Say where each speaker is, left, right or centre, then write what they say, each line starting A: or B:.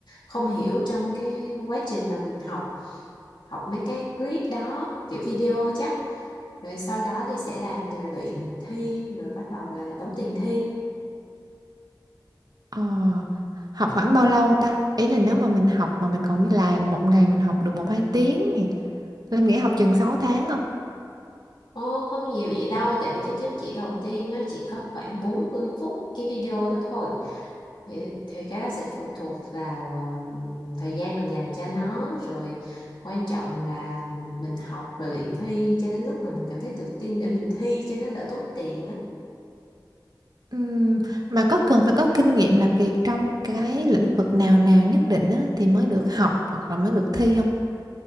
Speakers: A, on the left; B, on the right.
A: không hiểu trong cái quá trình mà mình học học mấy cái clip đó kiểu video chắc rồi sau đó thì sẽ làm đề luyện thi rồi bắt đầu là đóng tiền thi
B: Ờ, học khoảng bao lâu ta? Ý là nếu mà mình học mà mình còn đi làm một ngày mình học được một hai tiếng thì Linh nghĩ học chừng 6 tháng không?
A: Ồ, không nhiều vậy đâu, tại vì cái chứng chỉ đầu tiên nó chỉ có khoảng 40 phút cái video đó thôi. Thì, thì cái đó sẽ phụ thuộc vào ờ, thời gian mình dành cho nó, rồi quan trọng là mình học rồi luyện thi cho đến lúc mà mình cảm thấy tự tin để mình thi cho nó đỡ tốn tiền á.
B: Ừm, mà có cần phải có kinh nghiệm làm việc trong cái lĩnh vực nào nào nhất định á, thì mới được học hoặc là mới được thi không?